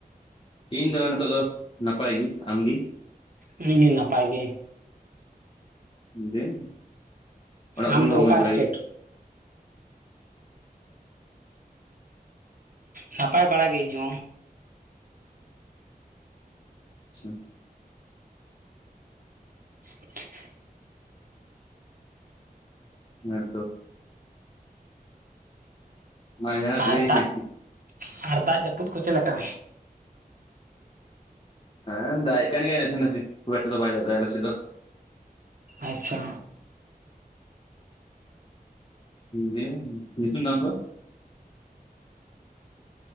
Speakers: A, on the left; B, on the right.
A: ᱤᱧ ᱫᱚ ᱱᱤᱛᱚᱜ ᱫᱚ ᱱᱟᱯᱟᱭ ᱜᱤ᱾ ᱟᱢᱜᱤ?
B: ᱤᱧ ᱦᱩᱧ ᱱᱟᱯᱟᱭ ᱜᱤ᱾
A: <unintelligible> ᱚᱲᱟᱜ ᱠᱚᱨᱮᱱ
B: ᱟᱢᱫᱚ
A: ᱦᱚᱸ
B: ᱚᱠᱟ
A: ᱢᱚᱡᱽ ᱵᱟᱲᱟ
B: ᱥᱴᱮᱴ?
A: ᱜᱮ
B: ᱱᱟᱯᱟᱭ ᱵᱟᱲᱟᱜᱮ ᱤᱧᱦᱚᱸ᱾
A: ᱟᱪᱪᱷᱟ
B: <unintelligible>
A: ᱦᱮᱸ ᱛᱚ ᱢᱟ ᱡᱟᱦᱟᱱᱟᱜ
B: ᱟᱨ
A: ᱞᱟᱹᱭ
B: ᱫᱟᱜ
A: ᱢᱮ,
B: ᱟᱨ ᱫᱟᱜ ᱡᱟᱹᱯᱩᱫ ᱠᱚ ᱪᱮᱫ ᱞᱮᱠᱟ?
A: ᱦᱮᱸ ᱫᱟᱜ ᱮᱫ ᱠᱟᱱ ᱜᱮᱭᱟᱭ ᱱᱟᱥᱤ ᱱᱟᱥᱤ ᱠᱷᱩᱵ ᱮᱠᱴᱟ ᱫᱚ ᱵᱟᱭ ᱫᱟᱜ ᱮᱫᱟ ᱟᱞᱮᱥᱮᱫ ᱫᱚ᱾
B: ᱟᱪᱪᱷᱟ
A: ᱫᱤᱭᱮ ᱧᱩᱛᱩᱢ ᱛᱟᱢ ᱫᱚ?